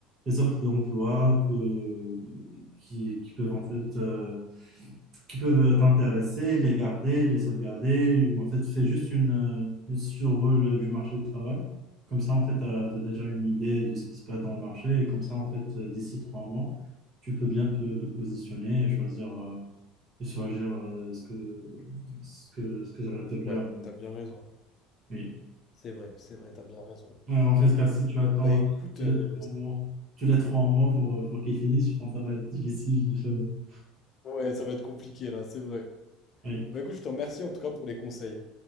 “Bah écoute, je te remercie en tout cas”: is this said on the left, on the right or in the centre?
Left